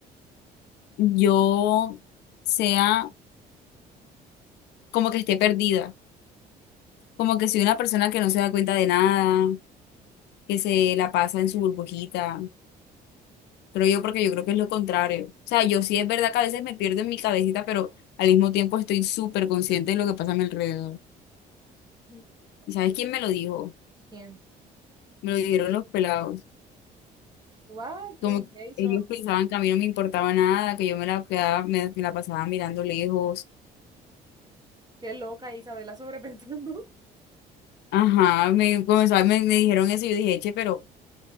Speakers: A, on the left; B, on the right.
A: yo sea como que esté perdida, como que soy una persona que no se da cuenta de nada, que se la pasa en su burbujita. Creo yo porque yo creo que es lo contrario. O sea, yo sí es verdad que a veces me pierdo en mi cabecita, pero al mismo tiempo estoy súper consciente de lo que pasa a mi alrededor.
B: Mm,
A: ¿Y
B: ok.
A: sabes quién me lo dijo?
B: ¿Quién?
A: Me lo dijeron los pelados.
B: Guau, ¿Quién?
A: Como que
B: Jason.
A: ellos pensaban que a mí no me importaba nada, que yo me la quedaba, me, me la pasaba mirando lejos.
B: Qué loca Isabela sobrepensando. <laughs>
A: Ajá, me, comenzó a- me, me dijeron eso y yo dije, che, pero